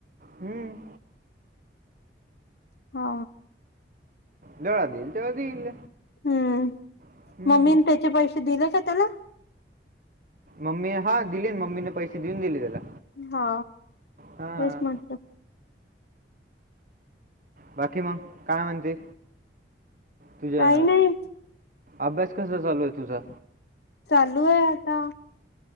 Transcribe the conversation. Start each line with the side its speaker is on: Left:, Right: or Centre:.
Right: हम्म
Left: हा
Right: जवा देईल तवा देईल
Left: हम्म
Right: हं.
Left: मम्मीने त्याचे पैसे दिले का त्याला
Right: मम्मी हा दिली मम्मीने पैसे देऊन गेली त्याला
Left: हा
Right: हां
Left: तेच म्हण
Right: बाकी मग काय म्हणते तुझ्या
Left: काही नाही
Right: अभ्यास कसा चालू आहे तुझा
Left: चालू आहे आता